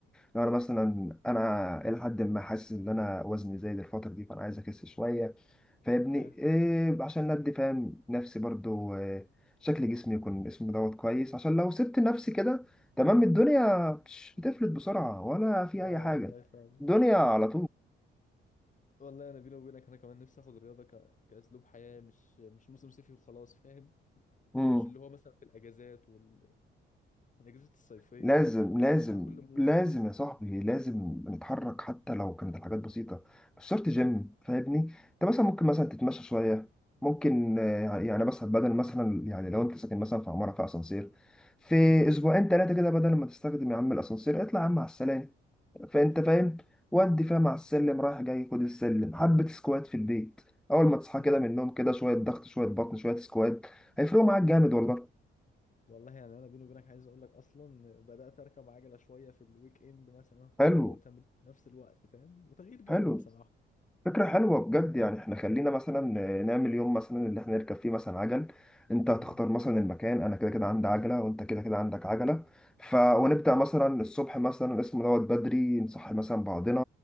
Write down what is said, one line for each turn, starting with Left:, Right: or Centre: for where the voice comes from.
Centre: لو أنا مثلا أنا إلى حد ما حاسس إن أنا وزني زايد الفترة دي فأنا عايز أخس شوية فاهمني
Left: ف
Centre: إيه عشان ندي فاهم نفسي برضو آه، شكل جسمي يكون اسمه دوت كويس عشان لو سبت نفسي كده تمام الدنيا بش- بتفلت بسرعة ولا في
Left: اه
Centre: أي حاجة
Left: والله فعلا
Centre: الدنيا على
Left: والله انا بيني وبينك انا كمان نفسي اخد الرياضه ك... كاسلوب حياه مش مش موسم صيفي وخلاص فاهم
Centre: طول
Left: مش اللي هو مثلا في الاجازات وال... والاجازات الصيفيه
Centre: لازم
Left: والكلام
Centre: لازم
Left: ده لان انا كل موسم
Centre: لازم يا صاحبي لازم نتحرك
Left: امم
Centre: حتى لو كانت الحاجات بسيطة مش شرط جيم فاهمني انت مثلا ممكن مثلا تتمشى شوية ممكن
Left: امم
Centre: آه، يعني مثلا بدل مثلا يعني لو انت ساكن مثلا في عمارة فيها اسانسير في
Left: اه
Centre: اسبوعين ثلاثة كده بدل ما تستخدم يا عم الاسانسير اطلع يا عم على السلالم فانت
Left: ف
Centre: فاهم ودي فاهم على السلم رايح جاي خد السلم حبة سكوات في البيت اول ما تصحى
Left: امم
Centre: كده من النوم كده شوية ضغط شوية بطن شوية سكوات هيفرقوا معاك جامد
Left: ف
Centre: والله
Left: والله يعني انا بيني وبينك عايز اقول لك اصلا بدات اركب عجله شويه في الويك اند مثلا خروجه
Centre: حلو
Left: وتمرين في نفس الوقت فاهم وتغيير جو
Centre: حلو
Left: بصراحه
Centre: فكرة
Left: امم
Centre: حلوة بجد يعني احنا خلينا مثلا نعمل يوم مثلا اللي احنا نركب فيه مثلا عجل انت هتختار
Left: امم
Centre: مثلا المكان انا كده كده عندي عجلة وانت كده كده عندك عجلة ف ونبدأ
Left: تمام
Centre: مثلا الصبح مثلا اسمه دوت بدري نصحي مثلا بعضنا